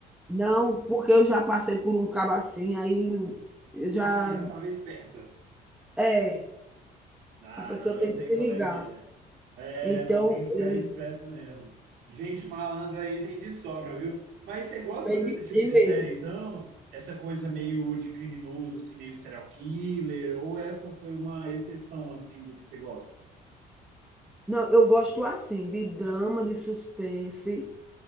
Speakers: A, in the centre; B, on the right.
A: Não, porque eu já passei por um cabo assim, aí eu já.
B: Ih, já estava esperto.
A: É,
B: Ah,
A: a pessoa
B: não,
A: tem
B: eu sei
A: que se
B: como
A: ligar.
B: é que é. É,
A: Então,
B: não tem que ficar
A: ele
B: esperto mesmo. Gente malandra aí tem de sobra, viu? Mas você gosta
A: tem,
B: desse
A: de-
B: tipo
A: tem
B: de
A: mesmo.
B: série, então? Essa coisa meio de criminoso, assim, meio serial killer, ou essa foi uma exceção, assim, do que você gosta?
A: Não, eu gosto assim, de drama, de suspense,